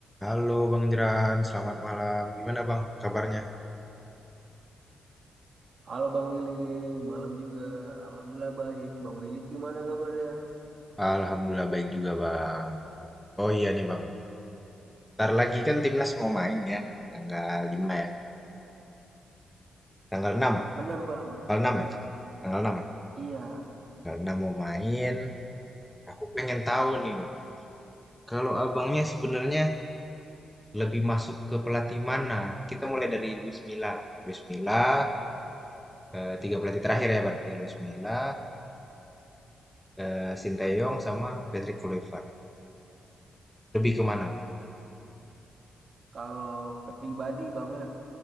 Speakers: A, in the centre; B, on the right (about 50°).
A: Halo Bang Jeran, selamat malam. Gimana Bang kabarnya?
B: Halo Bang Willy, malam juga. Alhamdulillah baik. Bang Willy gimana kabarnya?
A: Alhamdulillah baik juga Bang. Oh iya nih Bang, bentar lagi kan timnas mau main ya. Tanggal 5, ya. Tanggal enam,
B: Bener banget,
A: Tanggal
B: Cina.
A: 6 ya. Tanggal 6 ya.
B: Iya,
A: Tanggal 6 mau main. Aku pengen tahu nih Bang. Kalau abangnya sebenarnya lebih masuk ke pelatih mana? Kita mulai dari Luis Milla. Luis Milla, eh, tiga pelatih terakhir ya berarti ya. Luis Milla, eh, Sinteyong sama Patrick Kluivert. Lebih ke mana?
B: kalau pribadi Bang ya,